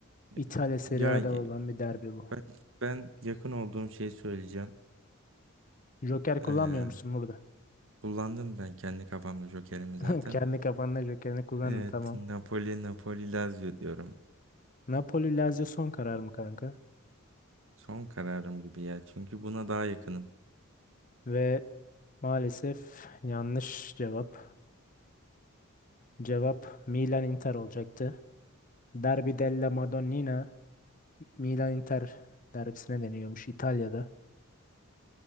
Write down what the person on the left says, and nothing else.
İtalya
Serie
A'da
olan bir derbi bu.
Joker kullanmıyor
musun burada?
<laughs>
Kendi kafanda Joker'ini kullanın
tamam.
Napoli Lazio son karar mı kanka?
Ve maalesef yanlış cevap. Cevap Milan Inter olacaktı. Derbi della Madonnina Milan-Inter derbisine deniyormuş İtalya'da.